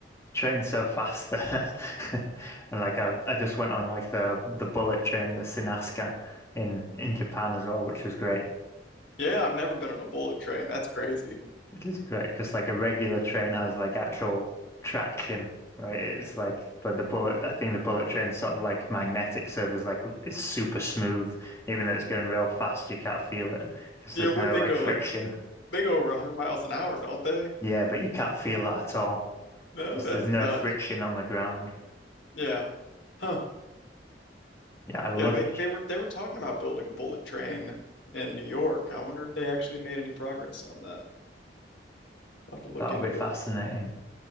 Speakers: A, on the left; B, on the left.
A: train's so fast there. <laughs> And like I I just went on like the the bullet train, the Shinkansen in in Japan as well, which was great.
B: Yeah, I've never been on a bullet train. That's crazy.
A: Which is great because like a regular train has like actual traction, right? It's like but the bullet I think the bullet train's sort of like magnetic, so there's like it's super smooth. Even though it's going real fast, you can't feel it because
B: Yeah,
A: there's
B: what
A: no
B: they
A: like
B: go
A: friction.
B: like, they go over 100 miles an hour, don't they?
A: Yeah, but you can't feel that at all.
B: No,
A: because
B: that's
A: there's no
B: nuts.
A: friction on the ground.
B: Yeah. Huh.
A: Yeah, I love
B: Yeah, they they were they were talking about building a bullet train in New York. I wonder if they actually made any progress on that. I'll have to look
A: that'll
B: into
A: be fascinating
B: it.